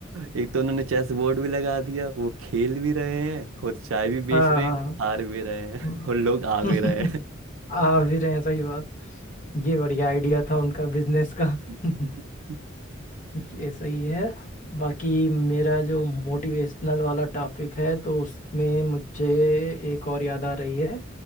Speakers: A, on the right; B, on the left.
A: एक तो उन्होंने चेस बोर्ड भी लगा दिया वो खेल भी रहे हैं और चाय भी
B: हाँ
A: बेच रहे
B: हाँ
A: हैं हार भी रहे हैं
B: हम्म,
A: और लोग आ
B: <laughs>
A: भी रहे हैं
B: आ भी रहे हैं सही बात ये बढ़िया आइडिया था उनका बिजनेस का
A: <laughs>
B: <laughs>
A: हम्म।
B: ये सही है बाकी मेरा जो मोटिवेशनल वाला टॉपिक है तो उसमें मुझे एक और याद आ रही है